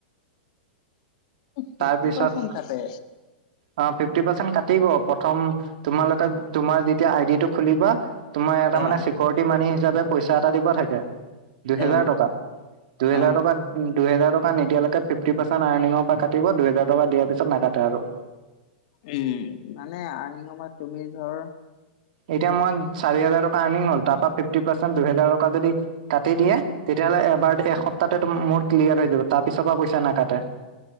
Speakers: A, on the left; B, on the right.
A: ফিফটি
B: তাৰপিছত
A: পাৰ্চেন্ট কাটে
B: অ', ফিফটি পাৰ্চেণ্ট কাটিব প্ৰথম, তোমালোকে তোমাৰ যেতিয়া আইডিটো খুলিব। তোমাৰ এটা
A: অ
B: মানে চিক'ৰিটি মানি হিচাপে পইচা এটা দিব থাকে। দুহেজাৰ
A: অ
B: টকা, দুহেজাৰ
A: অ
B: টকা দুহেজাৰ টকা নিদিয়ালৈকে ফিফটি পাৰ্চেণ্ট আৰ্নিঙৰ <unintelligible> কাটিব দুহেজাৰ টকা দিয়াৰ পিছত নাকাটে আৰু।
A: উম, মানে আৰ্নিঙ সময়ত তুমি ধৰ
B: এতিয়া মই চাৰি হাজাৰ টকা আৰ্নিং হ'ল তাৰ পৰা ফিফটি পাৰ্চট দুহেজাৰ টকা যদি কাটি দিয়ে, তেতিয়াহ'লে এবাৰ এসপ্তাহতে মোৰ ক্লিয়াৰ হৈ যাব তাৰ পিছৰ পৰা পইচা নাকাটে।